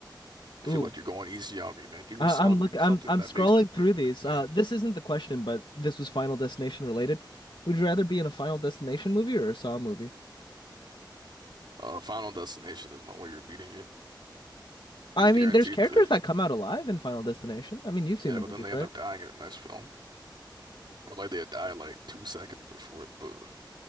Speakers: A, on the right (about 70°); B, on the left (about 80°).
A: I
B: Ooh.
A: feel like you're going easy on me, man. Give me
B: I,
A: some,
B: I'm look.
A: give me
B: I'm
A: something
B: I'm
A: that
B: scrolling
A: makes you
B: through
A: like really
B: these. Uh,
A: think.
B: this isn't the question, but this was Final Destination related. Would you rather be in a Final Destination movie or a Saw movie?
A: Uh, Final Destination, there's no way you're beating it.
B: I
A: You're guaranteed
B: mean, there's characters
A: to,
B: that come out alive in Final Destination. I mean, you've seen
A: yeah,
B: the
A: but
B: movies,
A: then they end
B: right?
A: up dying in the next film, or like they die like two seconds before the